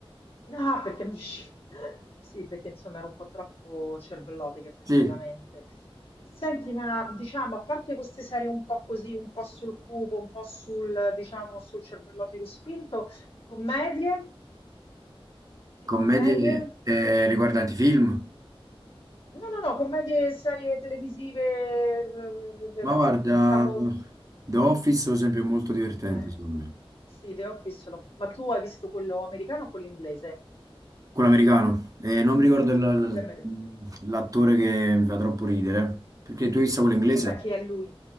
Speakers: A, on the left; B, on the right.
A: Ah, perché non riuscivo... <laughs> Sì, perché insomma ero un po' troppo cervellotica effettivamente.
B: Sì,
A: Senti, ma diciamo, a parte queste serie un po' così, un po' sul cupo, un po' sul, diciamo, sul cervellotico spinto, commedie? Sì,
B: commedie
A: commedie?
B: eh, riguardanti film.
A: No, no, no, commedie, serie televisive, eh, eh,
B: Ma
A: eh,
B: guarda,
A: eh, diciamo
B: The Office per esempio è molto divertente
A: Eh,
B: secondo me.
A: sì, The Office, l'ho- ma tu hai visto quello americano o quello inglese?
B: Quello americano. Eh, non mi ricordo il-
A: Quello americano.
B: l'attore che mi fa troppo ridere. Perché tu hai visto quello inglese?
A: Vabbè, che è lui.